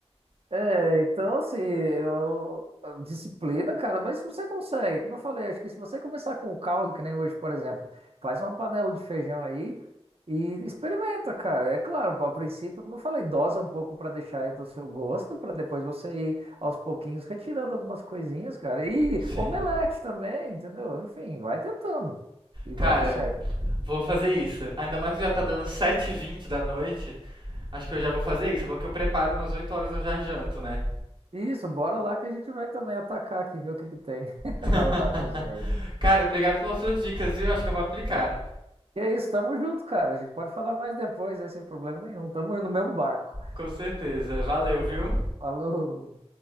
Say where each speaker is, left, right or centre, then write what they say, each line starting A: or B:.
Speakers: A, on the right; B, on the right.
A: É, então assim, eu... a disciplina, cara, mas você consegue, como eu falei, acho que se você começar com o caldo, que nem hoje, por exemplo, faz uma panela de feijão aí e experimenta, cara. É claro, a princípio, como eu falei, dosa um pouco pra deixar aí do seu gosto, pra depois você ir aos pouquinhos retirando algumas coisinhas, cara. E
B: Sim.
A: omelete também, entendeu? Enfim, vai tentando e
B: Cara,
A: vai dar certo.
B: vou fazer isso. Ainda mais que já tá dando sete h 20 da noite. Acho que eu já vou fazer isso. É bom que eu preparo umas 8 horas, eu já janto, né?
A: Isso, bora lá que a gente vai também atacar aqui, ver o que que tem <laughs>
B: <laughs>
A: na, na cozinha. aí.
B: Cara, obrigado pelas suas dicas, viu? Acho que eu vou aplicar.
A: E é isso, tamo junto, cara. A gente pode falar mais depois, aí sem problema nenhum. Tamo no mesmo barco.
B: Com certeza. Valeu, viu?
A: Falou.